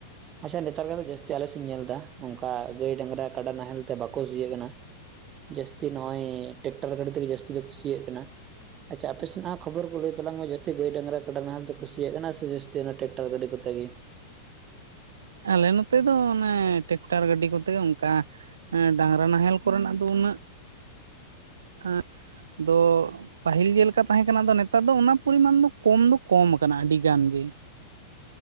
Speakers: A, on the right; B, on the right.
A: ᱟᱪᱷᱟ ᱱᱮᱛᱟᱨ ᱠᱟ ᱫᱚ ᱡᱟᱹᱥᱛᱤ ᱟᱞ ᱥᱮᱫ ᱤᱧ ᱧᱮᱞ ᱮᱫᱟ ᱚᱱᱠᱟ ᱜᱟᱹᱭ ᱰᱟᱝᱨᱟ ᱠᱟᱰᱟ ᱱᱟᱦᱮᱞ ᱛᱮ ᱵᱟᱠᱚ ᱥᱤᱭᱟᱹᱜ ᱠᱟᱱᱟ᱾ ᱡᱟᱹᱥᱛᱤ ᱱᱚᱜ-ᱚᱭ ᱴᱮᱠᱴᱟᱨ ᱜᱟᱹᱰᱤ ᱛᱮᱜᱮ ᱡᱟᱹᱥᱛᱤ ᱫᱚ ᱠᱩᱥᱤᱭᱟᱜ ᱠᱟᱱᱟ᱾ ᱟᱪᱪᱷᱟ ᱟᱯᱮ ᱥᱮᱱᱟᱜ ᱦᱚᱸ ᱠᱷᱚᱵᱚᱨ ᱠᱚ ᱞᱟᱹᱭ ᱛᱟᱞᱟᱝ ᱢᱮ ᱡᱟᱹᱥᱛᱤ ᱜᱟᱹᱭ ᱰᱟᱝᱨᱟ ᱠᱟᱰᱟ ᱱᱟᱦᱞ ᱫᱚ ᱠᱩᱥᱤᱭᱟᱜ ᱠᱟᱱᱟ ᱥᱮ ᱡᱟᱹᱥᱛᱤ ᱚᱱᱟ ᱴᱨᱟᱠᱴᱟᱨ ᱜᱟᱹᱰᱤ ᱠᱚ ᱛᱮᱜᱮ᱾
B: ᱟᱞᱮ ᱱᱚᱛᱮ ᱫᱚ ᱚᱱᱮ ᱴᱮᱠᱴᱟᱨ ᱜᱟᱹᱰᱤ ᱠᱚᱛᱮ ᱚᱱᱠᱟ ᱮᱸ ᱰᱟᱝᱨᱟ ᱱᱟᱦᱮᱞ ᱠᱚᱨᱮᱱᱟᱜ ᱫᱚ ᱩᱱᱟᱹᱜ ᱮᱸᱷ ᱫᱚ ᱯᱟᱹᱦᱤᱞ ᱡᱮᱞᱮᱠᱟ ᱛᱟᱦᱮᱸ ᱠᱟᱱᱟ ᱟᱫᱚ ᱱᱮᱛᱟᱨ ᱫᱚ ᱚᱱᱟ ᱯᱚᱨᱤᱢᱟᱱ ᱫᱚ ᱠᱚᱢ ᱫᱚ ᱠᱚᱢ ᱟᱠᱟᱱᱟ ᱟᱹᱰᱤ ᱜᱟᱱ ᱜᱮ <inaudible>